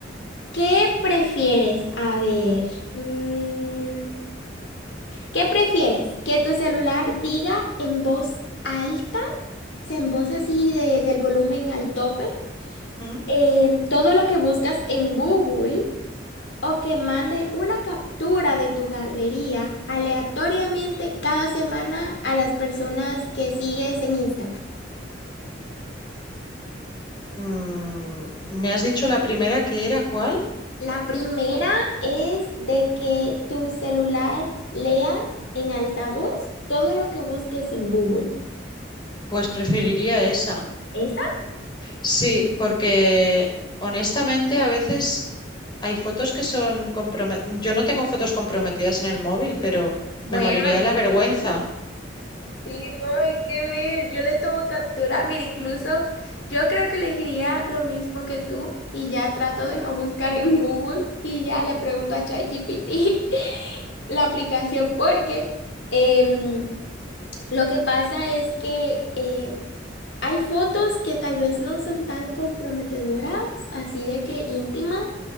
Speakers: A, on the left; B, on the left.
A: ¿qué prefieres? A ver, mm, ¿qué prefieres? ¿Que tu celular diga en voz alta? se en voz así de, del volumen al tope,
B: ¿Mm?
A: em, todo lo que buscas en Google o que mandes una captura de tu galería aleatoriamente cada semana a las personas que sigues en Instagram.
B: Mm, ¿me has dicho la primera que era cuál?
A: La primera es de que tu celular lea en altavoz todo lo que busques en Google.
B: Pues preferiría esa.
A: ¿Esa?
B: Sí, porque honestamente a veces hay fotos que son comprometidas. Yo no tengo fotos comprometidas en el móvil, pero
A: Bueno.
B: me moriría de la vergüenza.
A: Sí, no hay que ver, yo le tomo captura. Mira, incluso yo creo que elegiría lo mismo que tú y ya trato de no buscar en Google y ya le pregunto a ChatGPT <laughs> la aplicación porque em, lo que pasa es que em, hay fotos que tal vez no son tan comprometedoras, así de que íntimas,